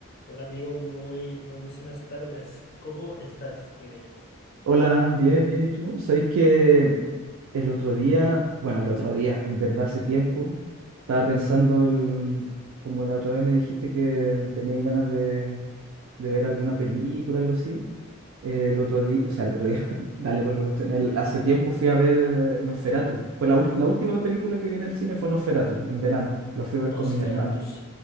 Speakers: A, on the left; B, on the right.
A: Hola amigo, muy buenísimas tardes. ¿Cómo estás? Dime.
B: Hola, bien, bien, ¿y tú? ¿Sabéis que el otro día, bueno, el otro día, en verdad hace tiempo, estaba pensando, el- como la otra vez me dijiste que teníais ganas de, de ver alguna película, algo así, eh, el otro día, o sea, el otro día, <laughs> dale con la cuestión, el- hace tiempo fui a ver eh, Nosferatu, fue la, ul- la última película que vi en el cine fue Nosferatu, en verano, la fui a ver
A: Nosferatus.
B: con mis hermanos,